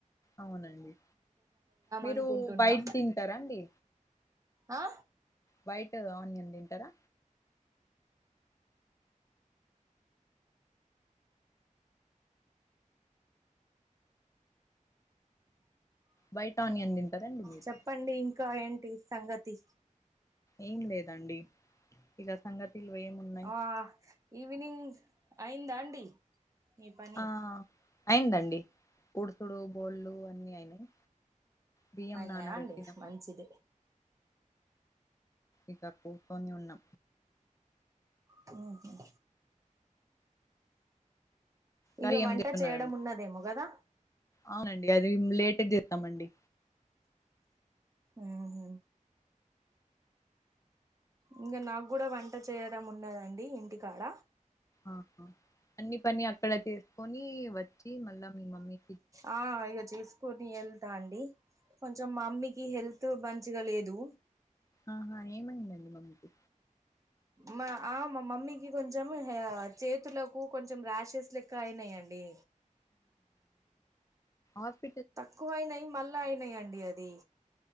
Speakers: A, on the left; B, on the right.
A: అవునండి మీరు
B: అనుకుంటున్నా
A: వైట్ తింటరా అండి
B: ఆ
A: వైట్ ఆనియన్ తింటారా వైట్ ఆనియన్ తింటారండి మీరు
B: చెప్పండి ఇంకా ఏంటి సంగతి
A: ఏం లేదండి ఇగ సంగతిలు ఏమున్నాయి
B: ఆ ఈవినింగ్ అయిందా అండి మీ పని
A: ఆ అయిందండి ఉడుసుడు బోళ్ళు అన్ని అయినాయి బియ్యం
B: అయినయా
A: నానబెట్టినాం
B: అండి మంచిది
A: ఇక కూకొని ఉన్నాం
B: హూ హమ్
A: కర్రీ
B: ఇగ
A: ఏం
B: వంట
A: చేస్తున్నారండి
B: చేయడం ఉన్నదేమో కదా
A: అవునండి అది లేట్ గ చేద్దామండి
B: ఆహా ఇంగ నాగు కూడా వంట చేయడం ఉన్నదండి ఇంటి కాడ
A: ఆహా అన్ని పని అక్కడ చేసుకొని వచ్చి మళ్ళా మీ మమ్మీ
B: ఆ ఇగ చేసుకుని ఎల్ తా అండి కొంచెం మమ్మీకి హెల్త్ మంచిగా లేదు
A: ఆహా ఏమైందండి మమ్మీకి
B: మా ఆ మా మమ్మీకి కొంచెం చేతులకు కొంచెం ర్యాషెస్ లెక్క అయినాయండి
A: ఆహా హ
B: తక్కువ అయినాయి మళ్ళా అయినాయిండి అది